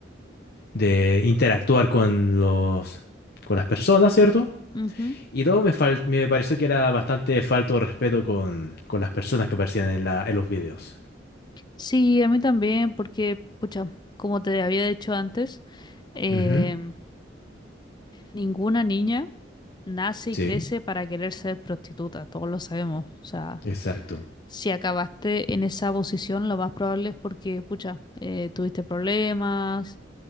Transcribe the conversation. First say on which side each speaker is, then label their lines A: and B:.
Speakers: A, on the left; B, on the left.
A: de interactuar con los, con las personas, ¿cierto?
B: ujú.
A: Y todo me, fal- me pareció que era bastante falto de respeto con, con las personas que aparecían en la, en los videos.
B: Sí, a mí también, porque, pucha, como te había dicho antes, em,
A: Ujú,
B: Ninguna niña nace y
A: Sí,
B: crece para querer ser prostituta, todos lo sabemos. O sea,
A: exacto.
B: si acabaste en esa posición, lo más probable es porque, pucha, eh, tuviste problemas,